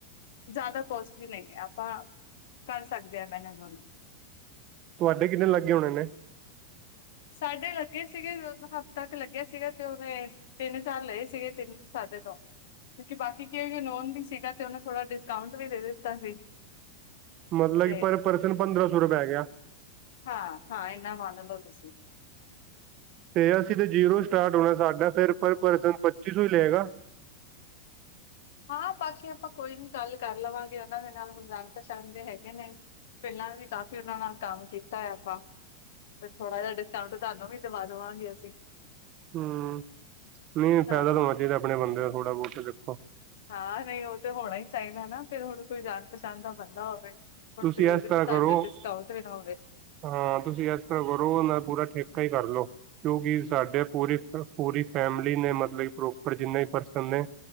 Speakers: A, on the left; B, on the right.
A: ਜ਼ਿਆਦਾ ਕੋਸਟ ਵੀ ਨਹੀਂ ਹੈ ਆਪਾਂ ਕਰ ਸਕਦੇ ਹਾਂ ਪੈਨਜ਼ੋਨ,
B: ਤੁਹਾਡੇ ਕਿੰਨੇ ਲੱਗੇ ਹੋਣੇ ਨੇ,
A: ਸਾਡੇ ਲੱਗੇ ਸੀਗੇ ਦ ਹਫ਼ਤਾ ਲੱਗਿਆ ਸੀਗਾ ਤੇ ਉਹਨੇ, ਤਿੰਨ ਚਾਰ ਲਏ ਸੀਗੇ ਤਿੰਨ ਸਾਡੇ ਤੋਂ, ਕਿਉਂਕਿ ਬਾਕੀ ਕੀ ਏ ਕਿ ਨੋਨ ਵੀ ਸੀਗਾ ਤੇ ਉਹੇ ਥੋੜਾ ਡਿਸਕਾਊਂਟ ਵੀ ਦੇ ਦਿੱਤਾ ਸੀ,
B: ਮਤਲਬ
A: ਤੇ
B: ਕਿ ਪਰ ਪਰਸਨ ਪੰਦਰਾਂ ਸੌ ਰੁਪਇਆ ਪੈ ਗਿਆ।
A: ਹਾਂ ਹਾਂ ਇੰਨਾ ਮੰਨ ਲਓ ਤੁਸੀ,
B: ਤੇ ਅਸੀਂ ਤਾਂ ਜੀਰੋ ਸਟਾਰਟ ਹੋਣਾ ਸਾਡਾ ਫਿਰ ਪਰ ਪਰਸਨ ਪੱਚੀ ਸੌ ਹੀ ਲਏਗਾ,
A: ਹਾਂ ਬਾਕੀ ਆਪਾਂ ਕੋਈ ਨੀ ਗੱਲ ਕਰ ਲਵਾਂਗੇ ਉਹਨਾਂ ਦੇ ਨਾਲ ਹੁਣ ਜਾਣ ਪਛਾਣ ਦੇ ਹੈਗੇ ਨੇ, ਪਹਿਲਾਂ ਵੀ ਕਾਫ਼ੀ ਉਹਨਾਂ ਨਾਲ ਕੰਮ ਕੀਤਾ ਹੈ ਆਪਾਂ, ਤੇ ਥੋੜਾ ਜਿਹਾ ਡਿਸਕਾਊਂਟ ਤੁਹਾਨੂੰ ਵੀ ਦਵਾ ਦੇਵਾਂਗੇ ਅਸੀਂ,
B: ਹਮ, ਨਹੀਂ
A: ਹਾਂ
B: ਫਾਇਦਾ ਤਾਂ ਹੋਣਾ ਚਾਹੀਦਾ ਆਪਣੇ ਬੰਦੇ ਦਾ ਥੋੜ੍ਹਾ ਬਹੁਤ ਦੇਖੋ,
A: ਹਾਂ ਨਹੀਂ ਉਹ ਤਾਂ ਹੋਣਾ ਹੀ ਚਾਹੀਦਾ ਨਾ ਫਿਰ ਹੁਣ ਕੋਈ ਜਾਣ ਪਛਾਣ ਦਾ ਬੰਦਾ ਹੋਵੇ। ਹੁਣ
B: ਤੁਸੀਂ
A: ਫਿਰ ਉਹਦੇ
B: ਇਸ ਤਰ੍ਹਾਂ
A: ਚ ਸਾਡਾ
B: ਕਰੋ
A: ਡਿਸਕਾਊਂਟ ਵੀ ਨਾ,
B: ਹਾਂ ਤੁਸੀਂ ਇਸ ਤਰ੍ਹਾਂ ਕਰੋ ਉਨ੍ਹਾਂ ਦਾ ਪੂਰਾ ਠੇਕਾ ਹੀ ਕਰ ਲਓ, ਕਿਉਂਕਿ ਸਾਡੇ ਪੂਰੀ ਪੂਰੀ ਫੈਮਿਲੀ ਨੇ ਮਤਲਬ ਪ੍ਰੋਪਰ ਜਿੰਨੇ ਵੀ ਪਰਸਨ ਨੇ